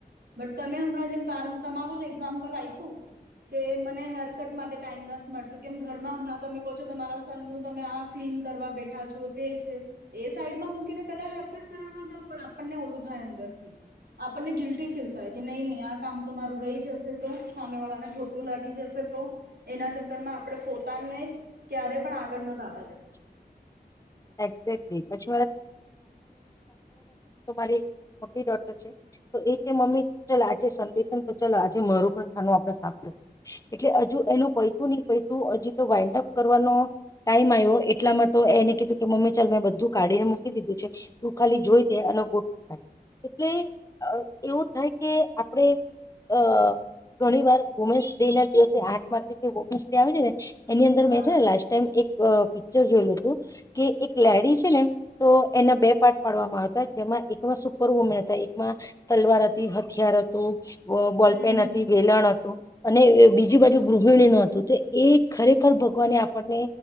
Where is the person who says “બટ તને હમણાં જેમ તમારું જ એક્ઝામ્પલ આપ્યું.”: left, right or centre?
Right